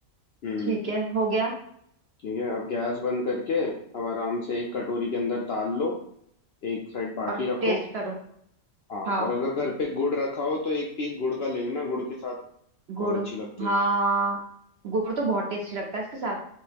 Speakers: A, on the left; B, on the right.
A: हम्म
B: ठीक है हो गया
A: ठीक है अब गैस बंद करके अब आराम से एक कटोरी के अंदर दाल लो एक साइड बाटी
B: और
A: रखो
B: टेस्ट करो
A: हाँ
B: हाँ
A: और अगर घर पे गुड़ रखा हो तो एक पीस गुड़ का ले लेना गुड़ के साथ
B: गुड़
A: बहुत अच्छी लगती
B: हाँ
A: है
B: गुड़ तो बहुत टेस्टी लगता है इसके साथ